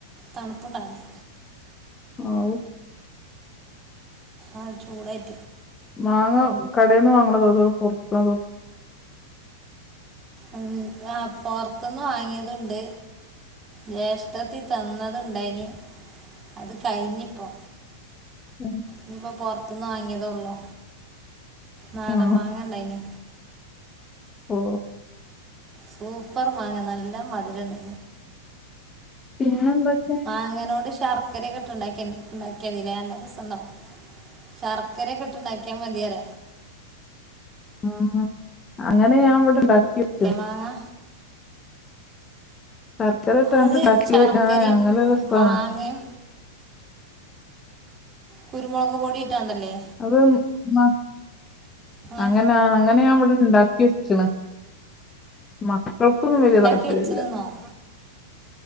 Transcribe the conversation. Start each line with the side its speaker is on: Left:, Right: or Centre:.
Right: തണുപ്പുണ്ടായിുന്ന
Left: ആഹ്‌
Right: ആ ചൂടട്ട
Left: മാങ്ങ കടയിൽന്ന് വാങ്ങണതോ അതോ പൊറുക്കണതോ
Right: ഉ ആ പുറത്തുന്ന് വാങ്ങിയതുണ്ട് ജ്യേഷ്ഠത്തിൽ തന്നത്ണ്ടായിന് അത് കഴിഞ്ഞിപ്പോ
Left: ഉം
Right: ഇനിയിപ്പൊ പൊറത്തന്ന് വാങ്ങിയതേള്ളു നാടൻ
Left: ഉം.
Right: മാങ്ങ ഇണ്ടായിന്
Left: ഓ.
Right: സൂപ്പർ മാങ്ങ നല്ല മധുരണ്ട്
Left: പിന്നെന്തൊക്കെ
Right: മാങ്ങേനോട് ശർക്കരയൊക്കെ ഇട്ട്ണ്ടാക്കി ഉണ്ടാക്കിയതിലേ നല്ല രസാ ണ്ടോ ശർക്കരയൊക്കെ ഇട്ട് ണ്ടാക്കിയാൽ മതിയാര
Left: ആ അങ്ങനെ ഞാൻ ഇവിടെ ഇണ്ടാക്കി വെച്ചിന്.
Right: മാങ്ങാ
Left: ശർക്കര ഇട്ട്
Right: അത്
Left: ഇണ്ടാക്കി
Right: ശർക്കരയും
Left: ആ ഞങ്ങള് <unintelligible>
Right: മാങ്ങയും കുരുമൊളക് പൊടിയിട്ടാണ്ടല്ലേ?
Left: അത് മ
Right: ഏ
Left: അങ്ങനെ അങ്ങനെ ഞാൻ ഇവിടെ ഇണ്ടാക്കി വെച്ചക്കണ്. മക്കൾക്കൊന്നും വല്ല്യ
Right: ഉണ്ടാക്കി
Left: താല്പര്യല്ല.
Right: വെച്ചണെന്നോ